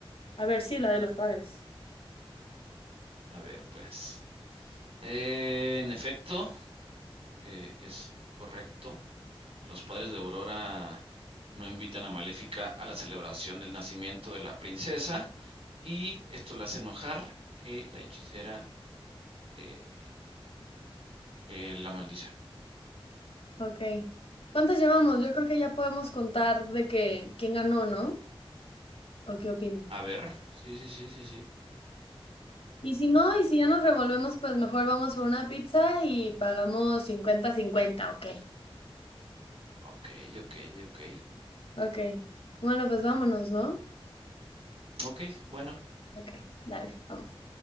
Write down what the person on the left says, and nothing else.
A ver, sí, la de los padres.
Ok. ¿Cuántas llevamos? Yo creo que ya podemos contar de que quién ganó, ¿no? ¿O qué opinas?
Y si no, y si ya nos revolvemos, pues mejor vamos por una pizza y pagamos cincuenta cincuenta ¿o qué?
Ok. Bueno, pues vámonos, ¿no?
Ok, dale, vamos.